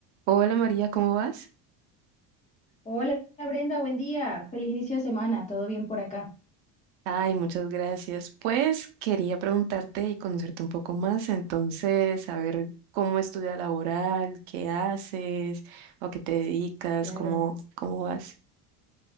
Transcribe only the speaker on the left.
Hola Brenda, buen día. Feliz inicio de semana. ¿Todo bien por acá?
Claro.